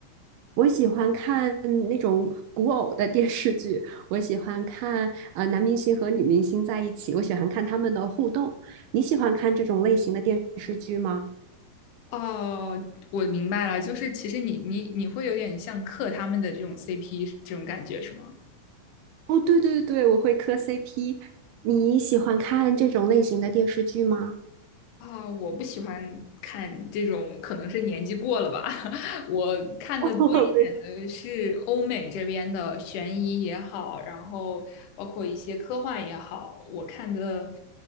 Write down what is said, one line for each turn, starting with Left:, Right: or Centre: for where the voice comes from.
Right: 我喜欢看嗯那种古偶的电视剧，我喜欢看呃男明星和女明星在一起，我喜欢看他们的互动。你喜欢看这种类型的电视剧吗？
Left: 哦，我明白了，就是其实你你你会有点像克他们的这种 CP 这种感觉是吗？
Right: 哦，对对对，我会磕 CP。你喜欢看这种类型的电视剧吗？
Left: 啊、我不喜欢看这种，可能是年纪过了吧。<laughs> 我看的多一点的是欧美这边的悬疑也好，
Right: <laughs> 我没。
Left: 然后包括一些科幻也好，我看的